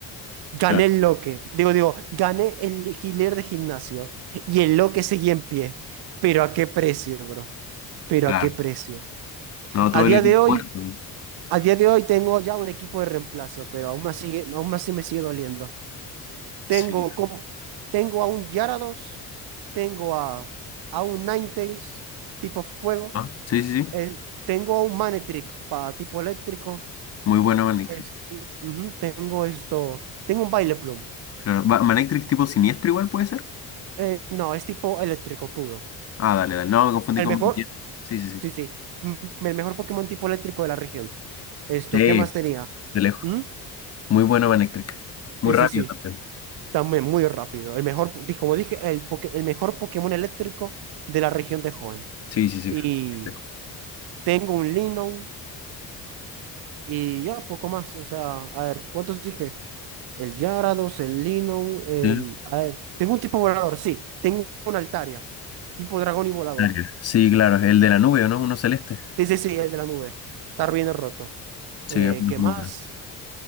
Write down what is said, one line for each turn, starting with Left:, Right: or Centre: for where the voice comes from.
Right: Gané
Left: claro.
Right: el Loque. Digo, digo, gané el Healer de gimnasio. Y el Loque seguía en pie. Pero a qué precio, bro. Pero
Left: Claro.
Right: a qué precio.
Left: No, todo
Right: A día
Left: el equipo
Right: de hoy.
Left: muerto.
Right: A día de hoy tengo ya un equipo de reemplazo, pero aún más sigue, aún así me sigue doliendo.
Left: Sí.
Right: Tengo, com- tengo a un Gyarados, tengo a, a un Ninetales tipo fuego,
Left: Ah, sí, sí, sí.
Right: eh, tengo a un Manectric para tipo eléctrico,
Left: Muy buena Manectric.
Right: es- ujú, tengo esto, tengo un Baileplum.
Left: Claro. Va- Manectric tipo siniestro igual puede ser.
Right: Eh, no, es tipo eléctrico puro.
Left: Ah, dale, dale. No, me confundí
Right: El
Left: con
Right: mejor,
Left: Manectric. Sí, sí, sí.
Right: sí, sí, m- el mejor Pokémon tipo eléctrico de la región. Esto,
Left: Sí,
Right: ¿qué más tenía?
Left: de lejos.
Right: ¿Mm?
Left: Muy buena Manectric. Muy
Right: Sí,
Left: rápido
Right: sí, sí.
Left: también.
Right: También muy rápido. El mejor, po- como dije, el, poke- el mejor Pokémon eléctrico de la región de Hoenn.
Left: Sí, sí, sí.
Right: Y
Left: De lejos.
Right: tengo un Linon y ya, poco más. O sea, a ver, ¿cuántos dije? El Gyarados, el Linon, el...
Left: Sí,
Right: A ver, tengo un tipo volador, sí. Tengo un Altaria, tipo dragón y volador.
Left: Aria. Sí, claro. El de la nube, ¿o ¿no? Uno celeste.
Right: Sí, sí, sí, el de la nube. Está bien roto.
Left: Sí,
Right: Eh,
Left: es muy
Right: ¿qué más?
Left: bueno.